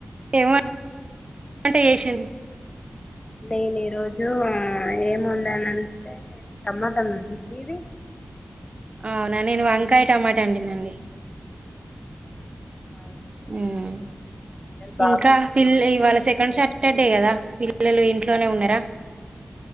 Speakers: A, on the right; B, on the left.
A: ఏం వంట చేసిండ్రు
B: నేను ఈరోజు ఏమి వండానంటే టమాటమ్ మీది
A: అవునా నేను వంకాయ టమాట వండినా లే
B: అవునా
A: హ్మ్
B: ఎండలు బాగా
A: ఇంకా
B: కొడుతున్నాయి
A: పిల్
B: అసలు
A: ఇవాళ
B: బయటకి
A: సెకండ్
B: వెళ్ళడం
A: సాటర్డే
B: అంటే
A: కదా పిల్లలు ఇంట్లోనే ఉన్నారా